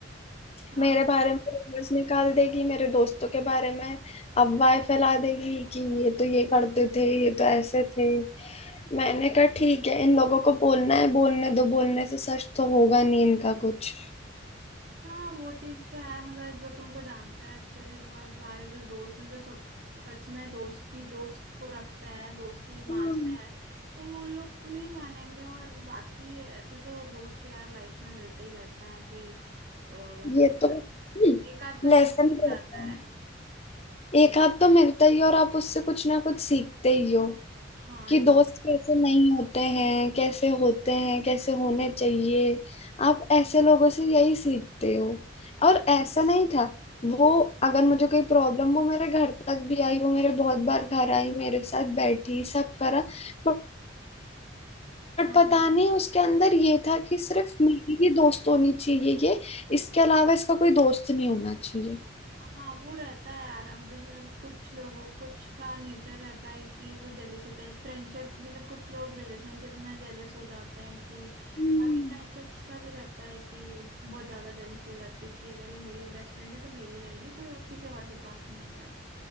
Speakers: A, on the right; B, on the left.
A: हाँ
B: मेरे बारे में रूमर्स निकाल देगी मेरे दोस्तों के बारे में अफवाह फैला देगी कि ये तो ये करते थे ये तो ऐसे थे मैंने कहा ठीक है इन लोगों को बोलना है बोलने दो बोलने से सच तो होगा नहीं इनका कुछ
A: हाँ वो चीज तो है मतलब जो तुमको जानते हैं अच्छे से तुम्हारे तुम्हारे जो दोस्त हैं जो सो- सच में दोस्ती दोस्त को रखते हैं दोस्ती
B: हम्म,
A: मानते हैं तो वो लोग नहीं मानेंगे और बाकी ऐसे तो दोस्त यार लाइफ में मिलते ही रहते हैं कि अ, मतलब
B: ये तो
A: एक आध तो
B: लेसन
A: मिल ही
B: रहता
A: जाता
B: है
A: है
B: एक हाथ तो मिलता ही है और आप उससे कुछ ना कुछ सीखते ही हो
A: हाँ
B: कि
A: ये
B: दोस्त कैसे नहीं होते हैं कैसे होते हैं कैसे होने चाहिए आप ऐसे लोगों से यही सीखते हो और ऐसा नहीं था वो अगर मुझे कोई प्रॉब्लम वो मेरे घर तक भी आई वो मेरे बहुत बार घर आई मेरे साथ बैठी सब करा बट
A: हाँ
B: बट पता
A: हाँ
B: नहीं उसके अंदर ये था कि सिर्फ मेरी ही दोस्त होनी चाहिए ये इसके अलावा इसका कोई दोस्त नहीं होना चाहिए
A: हाँ वो रहता है यार अब जैसे कुछ लोगों कुछ का नेचर रहता है कि वो जेलेसी टाइप फ्रेंडशिप जैसे कुछ लोग रिलेशनशिप में जेलेस हो जाते हैं कि
B: हम्म।
A: बाकी फ्रेंडशिप्स का भी रहता है कि बहुत ज्यादा जेलेसी हो जाती है कि अगर ये मेरी बेस्ट फ्रेंड है तो मेरी रहेगी कोई और किसी और के पास ना जाए